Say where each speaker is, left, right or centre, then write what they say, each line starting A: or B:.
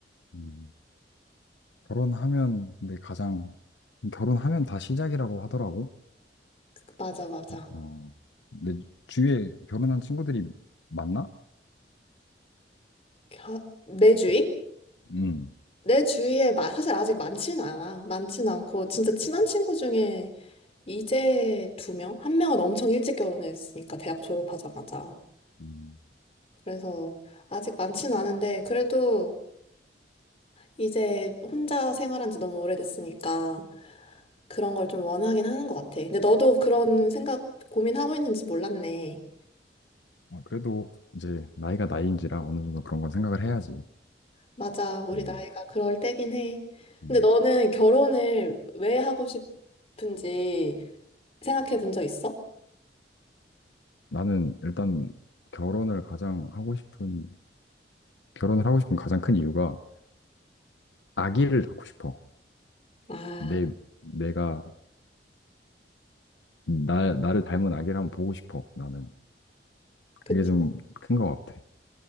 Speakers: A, on the left; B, on the left.
A: 음. 결혼하면 근데 가장 결혼하면 다 시작이라고 하더라고.
B: 맞아, 맞아.
A: 어, 내 주위에 결혼한 친구들이 많나?
B: 겨- 내 주위?
A: 음.
B: 내 주위에 마- 사실 아직 많지는 않아. 많지는 않고 진짜 친한 친구 중에 이제 두 명? 한 명은 엄청 일찍 결혼했으니까 대학 졸업하자마자.
A: 음.
B: 그래서 아직 많지는 않은데 그래도 이제 혼자 생활한 지 너무 오래됐으니까 그런 걸 좀 원하긴 하는 것 같아. 근데 너도 그런 생각 고민하고 있는지 몰랐네.
A: 아, 그래도 이제 나이가 나이인지라 어느 정도 그런 건 생각을 해야지.
B: 맞아. 우리
A: 음,
B: 나이가 그럴 때긴 해.
A: 음.
B: 근데 너는 결혼을 왜 하고 싶은지 생각해 본 적 있어?
A: 나는 일단 결혼을 가장 하고 싶은, 결혼을 하고 싶은 가장 큰 이유가 아기를 낳고 싶어.
B: 아,
A: 내, 내가, 나, 나를 닮은 아기를 한번 보고 싶어, 나는.
B: 그,
A: 그게 좀 큰 것 같아.